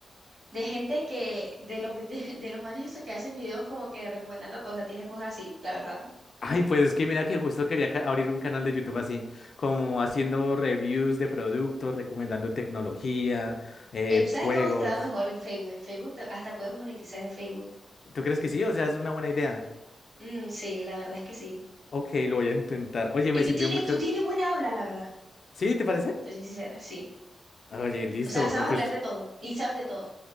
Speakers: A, on the right; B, on the left.
A: de gente que, de los, vi- <laughs> de, de los manes esos que hacen videos como que recomendando cosas, tienes posts así, la verdad.
B: Ay, pues es que mira que justo quería ca- abrir un canal de YouTube así, como haciendo reviews de productos, recomendando tecnología, eh,
A: En- ¿sabes
B: juegos.
A: cómo te va mejor en Facebook? En Facebook te- hasta puedes monetizar en Facebook.
B: ¿Tú crees que sí? O sea, es una buena idea.
A: Mm, sí, la verdad es que sí.
B: Ok, lo voy a intentar. Oye,
A: Y
B: me
A: tú
B: sirvió
A: tienes,
B: mucho.
A: tú tienes buena habla, la verdad.
B: ¿Sí? ¿Te parece?
A: Te soy sincera, sí.
B: Oye, listo.
A: O sea, sabes
B: No, pues,
A: hablar de todo y sabes de todo.